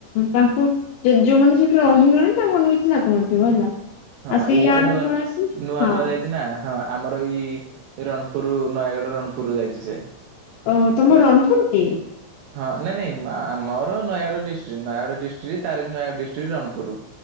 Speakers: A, on the left; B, on the right.
A: ତାଙ୍କୁ ଯୋଉ ମାନେ ସେଠି ରହିଲେଣି ତାଙ୍କ ମାନଙ୍କୁ କିଛି ଲାଗୁନଥିବ ହେଲା।
B: ହଁ
A: ଆଉ ସେ
B: ଏଇ
A: ଇଆଡକୁ
B: ଏବେ ନୂଆନ-
A: ପଳେଇ ଆସିବେ
B: ନୂଆ
A: ହଁ
B: ନୂଆ ଯାଇଚି ନା ହଁ। ଆମର ଏଇ ରଣପୁର ନୟାଗଡ଼ ରଣପୁରରୁ ଯାଇଚି ସିଏ।
A: ଓ ହୋ, ତୋମ ରଣପୁର କି?
B: ହଁ ନାଇଁ ନାଇଁ ଆମର ନୟାଗଡ଼ ଡିଷ୍ଟ୍ରିକ୍ ନୟାଗଡ଼ ଡିଷ୍ଟ୍ରିକ୍। ତାର ବି ନୟାଗଡ଼ ଡିଷ୍ଟ୍ରିକ୍ ରଣପୁର।